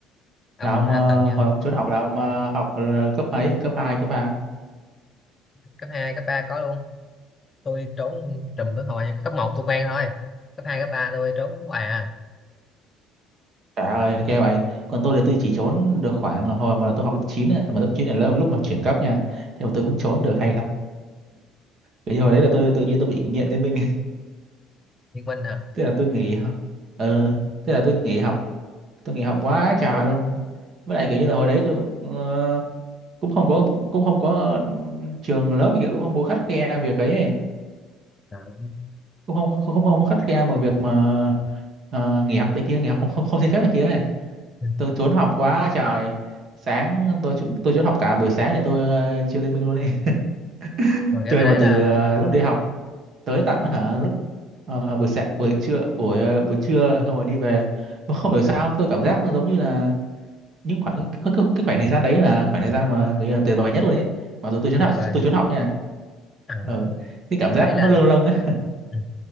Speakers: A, on the left (about 20°); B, on the right (about 40°).
A: ông
B: là ông
A: ông
B: ờ,
A: từng như
B: hồi ông trốn học là ông ờ, học là cấp mấy? Cấp 2, cấp 3?
A: cấp 2 cấp 3 có luôn tôi trốn trùm tới hồi cấp một tôi quen thôi cấp 2 cấp 3 tôi trốn hoài à
B: Trời ơi, ghê vậy. Còn tôi thì tôi chỉ trốn được khoảng ờ, hồi mà tôi học lớp 9 ấy, mà lớp 9 là lớp lúc mà chuyển cấp nha. Thì mà tôi cũng trốn được hay
A: Ừ,
B: thật. Bởi vì hồi đấy là tôi tự nhiên tôi bị nghiện Liên Minh,
A: Liên Minh
B: <laughs>
A: hả
B: thế là tôi nghỉ. học. Ừ, thế là tôi nghỉ học, tôi nghỉ học quá trời luôn. Với lại kiểu như là hồi đấy tôi ờ, cũng không có cũng không có trường lớp này kia cũng không có khắt khe việc ấy, ấy.
A: à.
B: cũng không không không, không có khắt khe mà việc mà ờ, nghỉ học này kia nghỉ học không không, không xin phép này kia ấy.
A: Ừ.
B: tôi trốn học quá trời sáng tôi chu- tôi trốn học cả buổi sáng để tôi ờ, chơi Liên Minh luôn ấy <laughs>
A: Rồi kiểu
B: chơi
A: hồi đấy
B: mà
A: là
B: từ ờ, lúc đi học tới tận hả lúc ờ, buổi sáng buổi trưa buổi ờ, buổi trưa xong rồi đi về mà không hiểu sao tôi cảm giác nó giống như là những khoảng cái, cái, cái khoảng thời gian đấy là khoảng thời gian mà kiểu như là tuyệt vời nhất luôn ấy mặc dù tôi trốn
A: tuyệt
B: học
A: vời
B: tôi trốn học nha
A: à,
B: ờ cái cảm giác
A: mấy là
B: nó lâng lâng ấy
A: ừ.